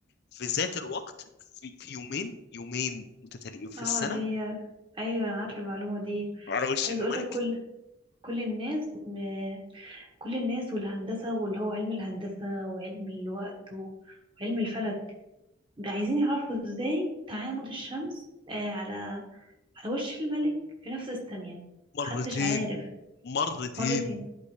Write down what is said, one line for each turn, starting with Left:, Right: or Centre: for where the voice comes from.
Left: في ذات الوقت في, في يومين يومين متتاليين في
Right: اه
Left: السنة
Right: اللي هي ايوه انا عارفه المعلومه دي
Left: على وش
Right: عايز
Left: الملك
Right: اقول لك كل كل الناس م... كل الناس والهندسه واللي هو علم الهندسه وعلم الوقت و... وعلم الفلك ده عايزين يعرفوا ازاي تعامد الشمس آه على على وش الملك في نفس الثانيه
Left: مرتين
Right: محدش عارف
Left: مرتين
Right: مرتين